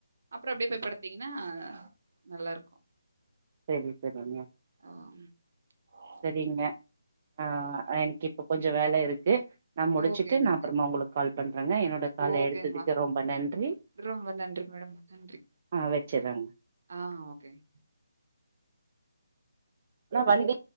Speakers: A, on the right; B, on the right.
A: அப்ரோ அப்டியே போய் படுத்தீங்னா நல்லாருக்கு
B: சேரி செரிங்க
A: ஆம் <inaudible>
B: சரிங்க ஆ எனக்கு இப்ப கொஞ்ச வேலருக்கு நா முடிச்சிட்டு
A: ஓகேங்க.
B: நா
A: ஓகே
B: அப்பறமா உங்குளுக்கு கால் பண்றேங்க என்னோட கால்
A: ஓகேங்கம்மா.
B: எடுத்ததுக்கு ரொம்ப நன்றி
A: ரொம்ப நன்றிங் மேடம் நன்றி
B: ஆ வச்சறேங்க
A: ஆ ஓகேங்க
B: நா வண்டி